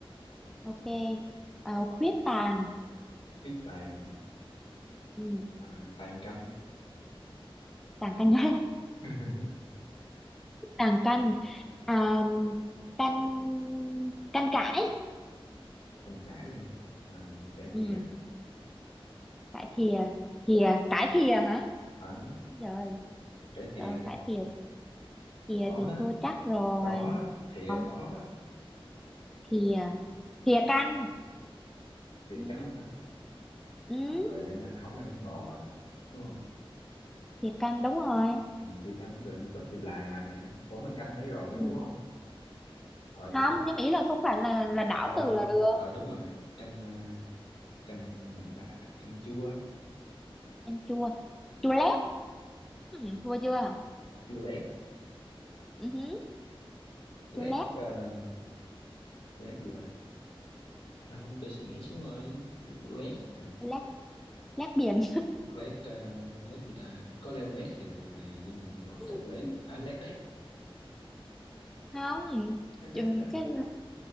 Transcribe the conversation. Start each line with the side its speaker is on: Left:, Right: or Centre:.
Centre: ok Ờ, khuyết tàn
Left: khuyết tàn hả
Centre: ừ.
Left: à, tàn canh
Centre: tàn cái nhớ
Left: <laughs>
Centre: Nàng canh à, canh canh cải
Left: mình trải nha à, trải
Centre: ừ,
Left: thìa
Centre: cải thìa thìa cải thìa hả
Left: ở
Centre: Ôi trời
Left: trải thìa
Centre: trời cải thìa thìa
Left: có
Centre: thì
Left: đó
Centre: thua chắc rồi
Left: có thìa
Centre: còn
Left: có
Centre: thìa thìa canh
Left: thìa
Centre: ừ,
Left: canh hả
Centre: ừ,
Left: rồi không ăn thịt bò rồi, đúng không
Centre: thìa canh đúng rồi
Left: Ừ, thìa canh cũng được có thìa là nè ủa mà canh đấy rồi mà
Centre: ừ.
Left: đúng không ờ gì
Centre: không
Left: phải
Centre: nhưng mà ý là không phải là
Left: ờ,
Centre: là đảo
Left: không không
Centre: từ là
Left: không
Centre: được
Left: ờ đúng rồi canh ờ, canh mặn bạ canh chua
Centre: canh chua chua lét ừ, thua chưa
Left: chua lét
Centre: ừ, hứ,
Left: lét
Centre: chua lét
Left: ờ, lét gì ta không để suy nghĩ xíu ơi lét hả?
Centre: lét lét biển
Left: lét ờ, lét gì ta có leo lét thì được nè nhưng mà hoặc chọc
Centre: <laughs>
Left: lét à lét đét
Centre: không
Left: lét đét
Centre: chùm
Left: kìa.
Centre: cái